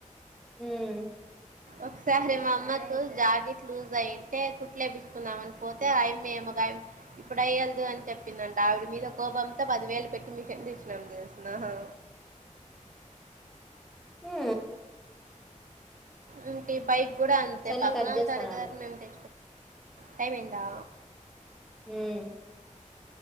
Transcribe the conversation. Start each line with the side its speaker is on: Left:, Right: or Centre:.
Centre: ఉమ్
Right: ఒకసారి మా అమ్మతో జాకెట్ లూజ్ అయింటే కుట్లేయించుకుందం అని పోతే అ యమ్మీ ఏమో ఇప్పుడు అయ్యలేదు అని చెప్పిందంట ఆవిడ మీద కోపంతో పదివేలు పెట్టి మిషన్ తీసినాం తెలుస్ ఆహా
Centre: హు
Right: ఇంటి పై కూడా అంతే
Centre: సర్లే
Right: పక్కనలు
Centre: కట్ చేస్తాను
Right: తరగర
Centre: ఆగు
Right: అంటే టైం ఎందా
Centre: హ